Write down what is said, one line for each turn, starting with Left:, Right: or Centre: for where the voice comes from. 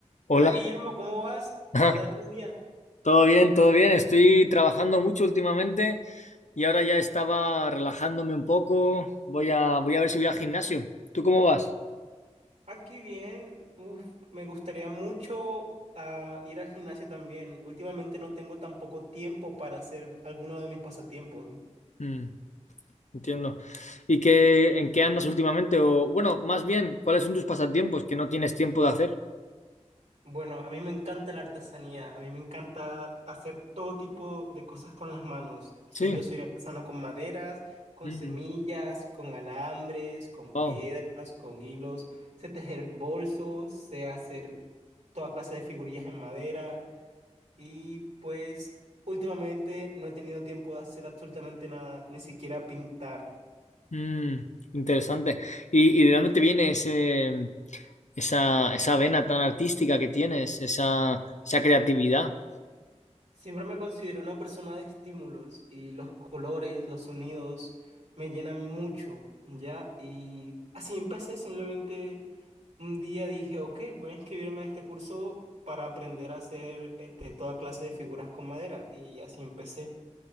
Left: Hola,
Right: Hola Guillermo, ¿cómo vas?
Left: <laughs>
Right: ¿Qué tal tu día?
Left: todo bien, todo bien. Estoy trabajando mucho últimamente y ahora ya estaba relajándome un poco. Voy a, voy a ver si voy al gimnasio. ¿Tú cómo vas?
Right: Aquí bien. Uf, me gustaría mucho ah, ir al gimnasio también. Últimamente no tengo tampoco tiempo para hacer alguno de mis pasatiempos.
Left: Mm, entiendo. ¿Y qué, en qué andas últimamente? O, bueno, más bien, ¿cuáles son tus pasatiempos que no tienes tiempo de hacer?
Right: Bueno, a mí me encanta la artesanía. A mí me encanta hacer todo tipo de cosas con las manos. Soy,
Left: Sí.
Right: yo soy artesano con maderas, con
Left: Mm,
Right: semillas, con alambres, con
Left: wow.
Right: piedras, con hilos. Sé tejer bolsos, sé hacer toda clase de figurillas en madera. Y pues últimamente no he tenido tiempo de hacer absolutamente nada, ni siquiera pintar.
Left: Mm, interesante. ¿Y, y de dónde te viene ese? esa, esa vena tan artística que tienes, esa, esa creatividad.
Right: Siempre me considero una persona de estímulos y los colores, los sonidos me llenan mucho, ¿ya? Y así empecé, simplemente un día dije, ok, voy a inscribirme a este curso para aprender a hacer este, toda clase de figuras con madera y así empecé.